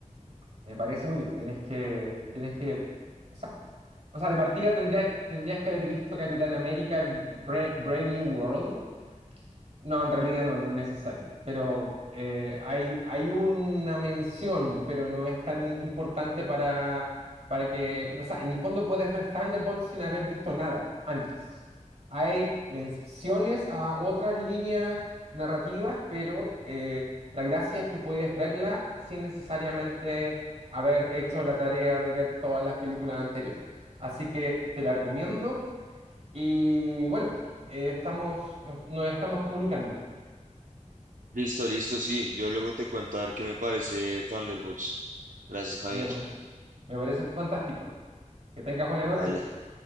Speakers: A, on the right; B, on the right.
A: Me parece muy bien. Tienes que, tienes que, o sea, o sea, de partida tendrías, tendrías que haber visto Capitán América en Bra- Brave New World No, en realidad no, no es necesario. Pero eh, hay, hay una mención, pero no es tan importante para, para que. No, o sea, en el fondo puedes ver Thunderbolt sin haber visto nada antes. Hay menciones a otras líneas narrativas, pero eh, la gracia es que puedes verla sin necesariamente haber hecho la tarea de ver todas las películas anteriores. Así que te la recomiendo. Y bueno, eh, estamos, nos nos estamos comunicando.
B: Listo, listo, sí. Yo luego te cuento a ver qué me parece Thunderbolts. Gracias, Javier.
A: Me, pare- me parece fantástico. Que tengas buena noche.
B: Ale,